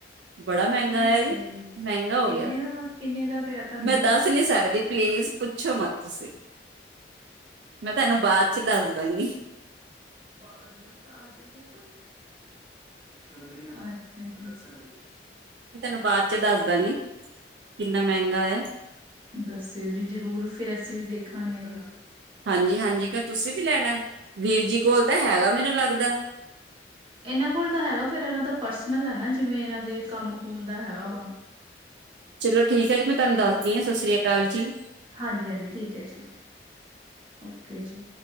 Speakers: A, on the right (about 75°); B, on the right (about 30°).
A: ਬੜਾ ਮਹਿੰਗਾ
B: ਨਹੀਂ
A: ਆਇਆ
B: ਸਹੀ
A: ਜੀ, ਮਹਿੰਗਾ ਹੋ
B: ਕਿੰਨੇ
A: ਗਿਆ।
B: ਦਾ ਕਿੰਨੇ ਦਾ ਪਿਆ? ਤੁਹਾਨੂੰ
A: ਮੈਂ ਦੱਸ
B: ਇਹ
A: ਨੀ ਸਕਦੀ ਪਲੀਜ਼, ਪੁੱਛੋ ਮਤ ਤੁਸੀਂ ਮੈਂ ਤੁਹਾਨੂੰ ਬਾਦ ਚ ਦੱਸ ਦਾ ਗੀ।
B: <inaudible>
A: ਮੈਂ ਤੈਨੂੰ ਬਾਦ ਚ ਦੱਸ ਦਾਂਗੀ, ਕਿੰਨਾ ਮਹਿੰਗਾ ਆ।
B: ਦੱਸਿਓ ਜੀ ਜਰੂਰ ਫੇਰ ਅਸੀਂ ਵੀ ਦੇਖਾਂਗੇ।
A: ਨੀ ਹਾਂਜੀ ਕੀ ਤੁਸੀਂ ਵੀ ਲੈਣਾ, ਵੀਰ ਜੀ ਕੋਲ ਤਾਂ ਹੈਗਾ ਮੈਨੂੰ ਲੱਗਦਾ।
B: ਇਹਨਾਂ ਕੋਲ ਤਾਂ ਹੈਗਾ ਫਿਰ ਇਹਨਾਂ ਦਾ ਪਰਸਨਲ ਐ ਨਾ ਜਿਵੇਂ ਇਹਨਾਂ ਦੇ ਕੰਮ ਕੁਮ ਦਾ ਹੈਗਾ ਵਾ।
A: ਚਲੋ ਠੀਕ ਐ ਜੀ ਮੈਂ ਤੁਹਾਨੂੰ ਦੱਸਦੀ ਆ ਸਤਿ ਸ੍ਰੀ ਅਕਾਲ ਜੀ।
B: ਹਾਂਜੀ ਹਾਂਜੀ ਠੀਕ ਐ ਜੀ, ਓਕੇ ਜੀ।